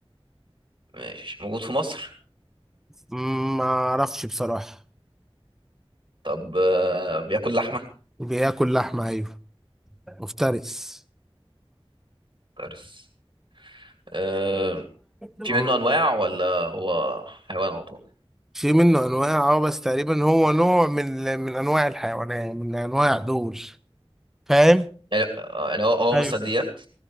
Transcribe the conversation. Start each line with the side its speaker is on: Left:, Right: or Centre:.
Right: ماشي موجود في مصر
Centre: ما اعرفش بصراحة
Right: طب آه، بياكل لحمة
Centre: بياكل لحمة ايوه مفترس
Right: ترس آه،
Centre: مم.
Right: في منه أنواع ولا هو حيوان على طول
Centre: في منه انواع اه بس تقريبا هو نوع من من انواع الحيوانات من انواع دول فاهم
Right: يعني آه، يعني هو هو
Centre: ايوه
Right: من الثدييات